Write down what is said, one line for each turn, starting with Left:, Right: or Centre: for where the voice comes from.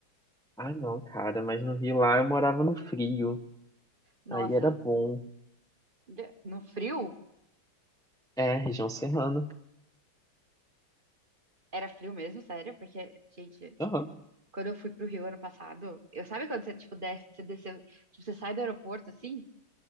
Centre: Ah, não, cara, mas no Rio lá eu morava no frio.
Right: Nossa,
Centre: Aí era bom.
Right: de- no frio,
Centre: É, região serrana.
Right: era frio mesmo, sério, porque, gente,
Centre: Aham,
Right: quando eu fui pro Rio ano passado, eu sabe quando você, tipo, desce, você desceu, tipo, você sai do aeroporto, assim,